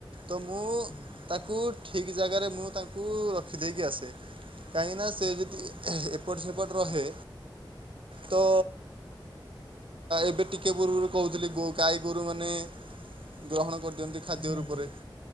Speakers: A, on the right; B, on the left.
A: ତ ମୁଁ
B: ଆଚ୍ଛା ଆଚ୍ଛା
A: ତାକୁ ଠିକ୍ ଜାଗାରେ ମୁଁ ତାଙ୍କୁ ରଖିଦେଇକି ଆସେ। କାହିଁକି ନା ସେ
B: ଆଚ୍ଛା
A: ଏ ଯଦି ଏପଟ ସେପଟ ରହେ ତ ଏବେ ଟିକେ ପୂର୍ବରୁ କହୁଥିଲି ଗୋ ଗାଈ ଗୋରୁ ମାନେ ଗ୍ରହଣ କରିଦିଅନ୍ତି ଖାଦ୍ୟ
B: ଆଜ୍ଞା ଆଜ୍ଞା ଆଜ୍ଞା
A: ରୂପରେ